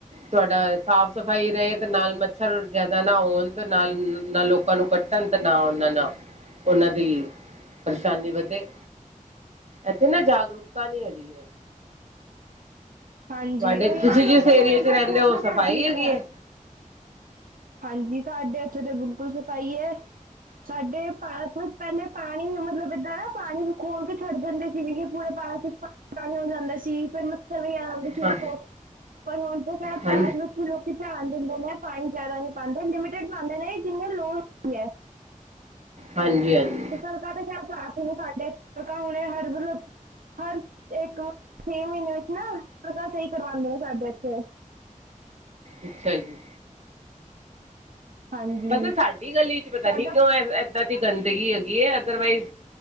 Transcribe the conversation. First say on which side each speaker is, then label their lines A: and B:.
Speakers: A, on the right; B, on the right.
A: ਤੁਹਾਡਾ ਸਾਫ਼ ਸਫ਼ਾਈ ਰਹੇ ਤੇ ਨਾਲ ਮੱਛਰ ਜ਼ਿਆਦਾ ਨਾ ਹੋਣ ਤੇ ਨਾਲ- ਨਾਲ ਲੋਕਾਂ ਨੂੰ ਕੱਟ ਤਤ ਨਾ ਉਹਨਾਂ ਨਾਲ ਉਹਨਾਂ ਦੀ ਪਰੇਸ਼ਾਨੀ ਵਧੇ ਇੱਥੇ ਨਾ ਜਾਗਰੂਕਤਾ ਨੀ ਹੈਗੀ ਹੈ।
B: ਹਾਂਜੀ
A: ਤੁਹਾਡੇ
B: ਉਹੀ
A: ਤੁਸੀਂ
B: ਨਾ ਲੋਕਾਂ
A: ਜਿਸ ਏਰੀਏ
B: ਨੂੰ ਇਹ
A: ਚ ਰਹਿੰਦੇ
B: ਕਿ ਆਪਣਾ- ਆਪਣਾ
A: ਹੋ ਸਫ਼ਾਈ
B: ਘਰ ਠੀਕ
A: ਹੈਗੀ
B: ਕਰਾਓ।
A: ਹੈ
B: ਹਾਂਜੀ ਸਾਡੇ ਉੱਥੇ ਤੇ ਬਿਲਕੁਲ ਸਫ਼ਾਈ ਹੈ। ਸਾਡੇ ਪਾਰਕ ਵਿੱਚ ਪਹਿਲੇ ਪਾਣੀ ਮਤਲਬ ਏਦਾਂ ਨਾ ਪਾਣੀ ਖੋਲ ਕੇ ਛੱਡ ਜਾਂਦੇ ਜਿਵੇਂ ਕਿ ਪੂਰੇ ਪਾਰਕ ਪਾ ਪਾਣੀ ਹੋ ਜਾਂਦਾ ਸੀ ਫਿਰ ਮਛਰ ਵੀ ਆ। ਖੋ
A: ਹਾਂ
B: ਪਰ ਹੁਣ ਤਾਂ
A: ਹਾਂ
B: ਪਾਰਕ ਵਿੱਚ ਵੀ ਲੋਕੀ ਧਿਆਨ ਦਿੰਦੇ ਨੇ ਪਾਣੀ। ਜ਼ਿਆਦਾ ਨਹੀਂ ਪਾਉਂਦੇ ਲਿਮਿਟਡ ਪਾਉਦੇ ਨੇ ਜਿੰਨੀ ਲੋਡ ਹੁੰਦੀ ਹੈ।
A: ਹਾਂਜੀ, ਹਾਂਜੀ,
B: ਸੜਕਾਂ ਤੇ ਖੈਰ ਸਾਫ ਨੇ ਸਾਡੇ ਸੜਕਾਂ ਹੋਣ ਹਰ ਮਤਲਬ ਹਰ ਇੱਕ ਛੇ ਮਹੀਨੇ ਵਿੱਚ ਨਾ ਸਹੀ ਕਰਵਾਉਂਦੇ ਨੇ ਸਾਡੇ ਇੱਥੇ
A: ਅੱਛਾ ਜੀ,
B: ਹਾਂਜੀ
A: ਬਸ ਸਾਡੀ ਗਲੀ ਚ ਪਤਾ
B: ਸਾਡਾ
A: ਨੀ ਕਿਉਂ ਏਦਾਂ ਦੀ ਗੰਦਗੀ ਹੈਗੀ ਹੈ ਅਦਰਵਾਈਜ਼